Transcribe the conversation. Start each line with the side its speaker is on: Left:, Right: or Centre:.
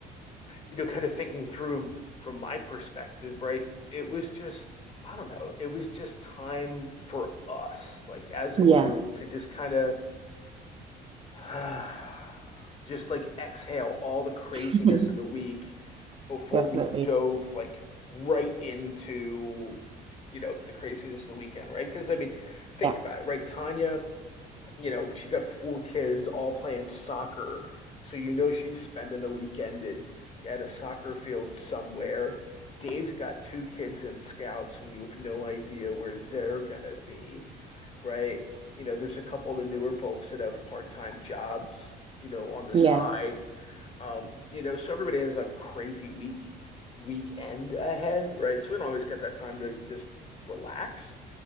Left: you know, kind of thinking through from my perspective, right? It was just, I don't know, it was just time for us, like as
Right: yeah
Left: a group, to just kind of <sighs> just like exhale all the craziness
Right: <laughs>
Left: of the week before
Right: definitely
Left: we dove like right into, you know, the craziness of the weekend, right? Because I mean, think
Right: yeah
Left: about it, right? Tanya you know, she's got four kids all playing soccer. So you know she's spending the weekend at at a soccer field somewhere. Dave's got two kids in scouts and you have no idea where they're gonna be, right? You know, there's a couple of the newer folks that have part-time jobs, you know, on the
Right: yeah
Left: side. Um, you know, so everybody has a crazy week weekend ahead, right? So we don't always get that time to just relax.